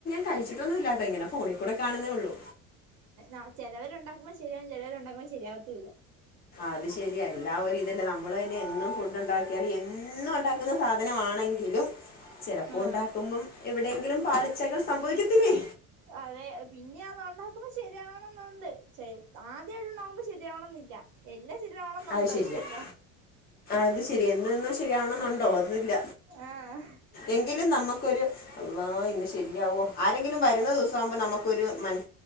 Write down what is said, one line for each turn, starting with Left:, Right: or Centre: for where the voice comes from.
Left: കഴിച്ചിട്ടൊന്നും ഇല്ലാട്ടോ ഇങ്ങനെ ഫോണിൽ കൂടെ കാണുന്നേ ഉള്ളൂ
Right: അ ചിലവരുണ്ടാക്കുമ്പോ ശരിയാകും ചിലവരുണ്ടാക്കുമ്പോ ശരിയാവത്തുല്ല
Left: അത് ശരി എല്ലാവരു ഇതല്ലേ നമ്മള് തന്നെ എന്നും ഫുഡ് ഉണ്ടാക്കിയാലും എന്നും ഉണ്ടാക്കുന്ന സാധനമാണെ തിലും ചെലപ്പ
Right: ആഹ്
Left: ഉണ്ടാക്കുബം എവിടെയെങ്കിലും പാളിച്ചകൾ സംഭവിക്കത്തില്ലേ
Right: പഴേ പിന്നെ അതൊണ്ടാക്കുമ്പ ശരിയാവണന്നുണ്ട് ആദ്യമായിട്ട് ഉണ്ടകുമ്പോ ശരിയാവണന്നില്ല എല്ലാം ശരിരാവണം ഏന്നുണ്ടോ
Left: അത് ശരിയാ
Right: ഇല്ലല്ലോ
Left: അത് ശരി എന്നന്നും ശരിയാവണെന്നുണ്ടോ എന്നില്ല
Right: ആഹ്
Left: എങ്കിലും നമുക്കൊരു അള്ളാഇന്ന് ശെരിയാവോ ആരെങ്കിലും വരുന്ന ദിവസം ആവുമ്പോൾ നമുക്കൊരു മന